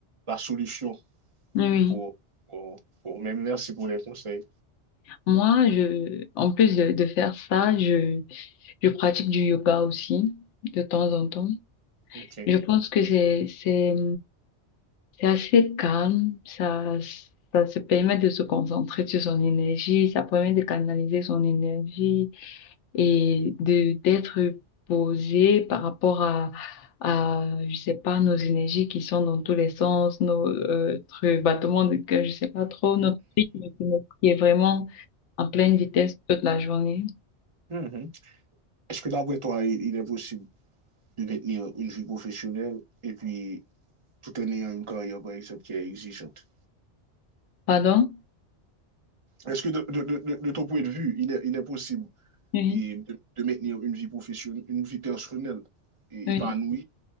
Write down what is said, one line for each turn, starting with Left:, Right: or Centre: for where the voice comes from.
Right: la solution
Left: Oui. oui.
Right: pour, pour, pour- Mais merci pour les conseils.
Left: Moi, je, en plus de, de faire ça, je, je pratique du yoga aussi, de temps en temps.
Right: OK.
Left: Je pense que c'est, c'est, C'est assez calme, ça, ça se permet de se concentrer sur son énergie, ça permet de canaliser son énergie et de d'être posé par rapport à, à, je sais pas, nos énergies qui sont dans tous les sens, nos, euh, notre battement de cœur, je sais pas trop, notre rythme qui est vraiment en pleine vitesse toute la journée.
Right: Mhm. Est-ce que d'après toi, il, il est possible de maintenir une vie professionnelle et puis tout en ayant une carrière, par exemple, qui est exigeante?
Left: Pardon?
Right: Est-ce que de, de, de, de- de ton point de vue, il est, il est possible
Left: Oui,
Right: et, de, de maintenir une vie professionnelle, une vie personnelle et
Left: oui.
Right: épanouie